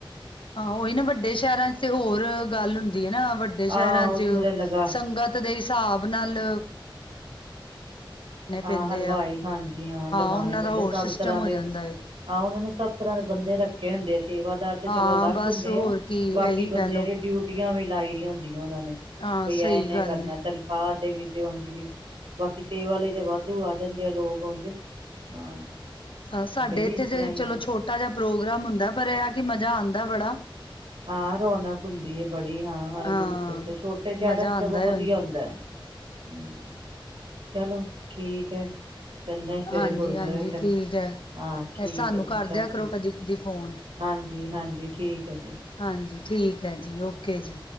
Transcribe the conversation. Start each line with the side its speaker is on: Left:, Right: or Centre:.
Left: ਹਾਂ, ਔਈ ਨਾ ਵੱਡੇ ਸੈ਼ਰਾਂ ਚ ਤੇ ਹੋਰ ਗੱਲ ਹੁੰਦੀ ਏ ਨਾ। ਵੱਡੇ ਸੈ਼ਰਾਂ
Right: ਆਹ ਉੱਥੇ
Left: ਚ
Right: ਤਾਂ ਲਗਾ
Left: ਸੰਗਤ ਦੇ ਹਿਸਾਬ ਨਲ
Right: ਹਾਂ,
Left: ਪੈਂਦੇ
Right: ਹਲਵਾਈ
Left: ਆ
Right: ਹਾਂਜੀ ਹਾਂ ਲਗਾਣੇ
Left: ਉਹਨਾਂ
Right: ਪੈਂਦੇ
Left: ਦਾ ਹੋਰ
Right: ਸਭ
Left: ਸਿਸਟਮ
Right: ਤਰ੍ਹਾਂ ਦੇ।
Left: ਹੋ ਜਾਂਦਾ ਏ
Right: ਆ ਔਨਾਂ ਨੇ ਸਭ ਤਰ੍ਹਾਂ ਦੇ ਬੰਦੇ ਰੱਖੇ ਹੁੰਦੇ ਸੀ। ਸੇਵਾਦਾਰ ਤੇ
Left: ਹਾਂ
Right: ਚਲੋ ਅਲੱਗ
Left: ਬਸ
Right: ਹੁੰਦੇ
Left: ਹੋਰ
Right: ਆ
Left: ਕੀ
Right: ਬਾਕੀ
Left: ਇਹੀ ਕਹਿ
Right: ਬੰਦਿਆਂ
Left: ਲਓ
Right: ਦੀ ਡਿਊਟੀਆਂ ਵੀ ਲਾਈ ਰੀ ਹੋੰਦੀ। ਵੀ ਔਨਾਂ ਨੇ,
Left: ਹਾਂ
Right: ਵਈ
Left: ਸਹੀ
Right: ਐ ਇਨੈ
Left: ਗੱਲ
Right: ਕਰਨੈ
Left: ਨੇ
Right: ਤਨਖਾਹ ਤੇ ਵੀ ਅਤੇ ਔਂਝ ਵੀ ਬਾਕੀ ਸੇਵਾ ਲਈ ਤੇ ਵਾਧੂ ਆ ਜਾਂਦੇ ਆ ਲੋਕ ਔਂਝ, ਹਾਂ
Left: ਅ ਸਾਡੇ
Right: ਵੀ
Left: ਇੱਥੇ
Right: ਇਸ
Left: ਤੇ
Right: ਤਰ੍ਹਾਂ ਹੀ
Left: ਚਲੋ
Right: ਹੈ
Left: ਛੋਟਾ ਜਿਆ ਪ੍ਰੋਗਰਾਮ ਹੁੰਦੈ ਪਰ ਇਹ ਆ ਕਿ ਮ ਜ਼ਾ ਆਂਦੈ ਬੜਾ।
Right: ਹਾਂ, ਰੌਣਕ ਹੁੰਦੀ ਏ ਬੜੀ, ਹਾਂ ਹਰ
Left: ਹਾਂ
Right: ਗੁਰਪੁਰਬ ਤੇ ਛੋਟੇ ਸ਼ਹਿਰਾਂ
Left: ਮਜ਼ਾ
Right: ਚ
Left: ਆਉਂਦਾ
Right: ਸਗੋਂ
Left: ਹੈ
Right: ਵਧੀਆ
Left: ਉੰਝ
Right: ਹੁੰਦੈ। ਹੂੰ। ਚਲੋ, ਠੀਕ ਐ। ਚੱਲਣੇ ਐ ਸਵੇਰੇ
Left: ਹਾਂਜੀ
Right: ਗੁਰਦੁਆਰੇ
Left: ਹਾਂਜੀ
Right: ਫਿਰ।
Left: ਠੀਕ ਹੈ
Right: ਹਾਂ, ਠੀਕ
Left: ਸਾਨੂੰ
Right: ਏ
Left: ਕਰਦਿਆਂ
Right: ਜੀ ਸਸ ਸ਼੍ਰੀ।
Left: ਕਰੋ ਕਦੀ ਕਦੀ ਫੋਨ
Right: ਹਾਂਜੀ, ਹਾਂਜੀ ਠੀਕ ਐ ਜੀ।
Left: ਹਾਂਜੀ ਠੀਕ ਐ ਜੀ, ਔਕੇ ਜੀ।